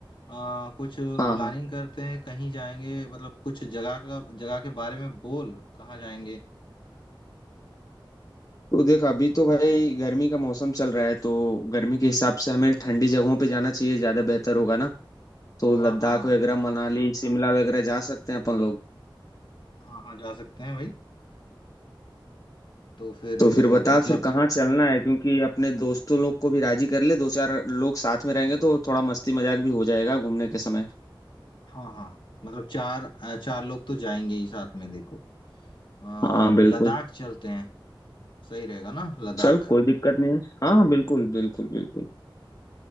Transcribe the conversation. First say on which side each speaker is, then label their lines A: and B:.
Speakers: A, on the left (about 65°); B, on the left (about 40°).
A: आ, कुछ
B: हाँ
A: प्लानिंग
B: हाँ
A: करते हैं कहीं जाएंगे मतलब कुछ जगह का जगह के बारे में बोल कहाँ जाएंगे
B: तो देख अभी तो भाई गर्मी का मौसम चल रहा है तो गर्मी के हिसाब से हमें ठंडी जगहों पे जाना चाहिए ज्यादा बेहतर होगा ना तो लद्दाख
A: हाँ हाँ
B: वगैरह मनाली शिमला वगैरह जा सकते हैं अपन लोग
A: हाँ हाँ जा सकते हैं भाई तो फिर
B: तो
A: अ,
B: फिर बता
A: मतलब
B: फिर कहाँ चलना है क्योंकि अपने दोस्तों लोग को भी राजी कर ले दो चार लोग साथ में रहेंगे तो थोड़ा मस्ती मजाक भी हो जाएगा घूमने के समय
A: हाँ हाँ मतलब चार अ, चार लोग तो जाएंगे ही साथ में देखो आ,
B: हाँ बिल्कुल
A: लद्दाख चलते हैं सही रहेगा ना लद्दाख
B: चल कोई दिक्कत नहीं है हाँ हाँ बिल्कुल बिल्कुल बिल्कुल